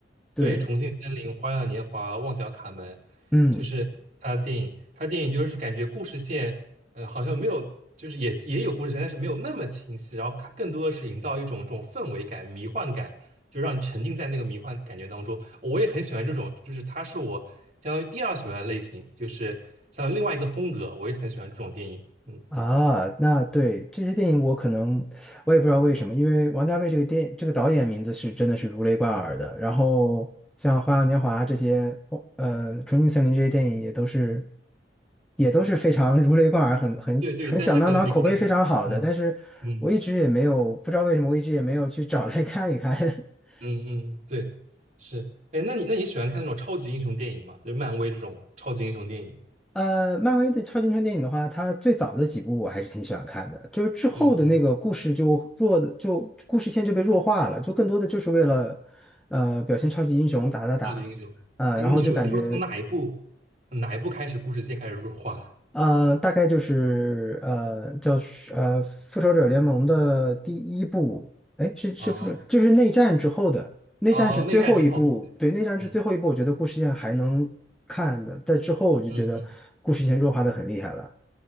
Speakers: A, in the centre; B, on the right.
A: 对，
B: 对，《重庆森林》《花样年华》《旺角卡门》
A: 嗯。
B: 就是他的电影，他电影就是感觉故事线，呃，好像没有，就是也也有故事线，但是没有那么清晰，然后它更多的是营造一种这种氛围感、迷幻感，就让你沉浸在那个迷幻感觉当中。我也很喜欢这种，就是它是我相当于第二喜欢的类型，就是像另外一个风格，我也很喜欢这种电影。嗯
A: 啊，那对这些电影，我可能我也不知道为什么，因为王家卫这个电这个导演名字是真的是如雷贯耳的。
B: 嗯，
A: 然后像《花样年华》这些，哦呃，《重庆森林》这些电影也都是也都是非常 <laughs> 如雷贯耳，很很很响当当，
B: 对对，但是可能没看过。
A: 口碑非常好的。
B: 嗯
A: 但是我一直也没有不知道为什么，
B: 嗯
A: 我一直也没有去找来看一看。<laughs>
B: 嗯嗯，对，是。哎，那你那你喜欢看那种超级英雄电影吗？就是漫威这种超级英雄电影？
A: 呃，漫威的超级英雄电影的话，它最早的几部我还是挺喜欢看的，就是之后的那个故事就弱的，
B: 嗯嗯
A: 就故事线就被弱化了，就更多的就是为了呃表现超级英雄打打打，
B: 超级英雄。
A: 呃，
B: 哎，
A: 然后就感觉
B: 你说你说从哪一部哪一部开始故事线开始弱化了？
A: 呃大概就是呃叫是呃复仇者联盟的第一部，哎是是复仇就是内战之后的内战是最后一部，
B: 哦哦哦，内战之后，
A: 对内战是最后一部，
B: 嗯
A: 我觉得故事线还能看的，在之后我就觉得故事线弱化的很厉害了。
B: 嗯嗯。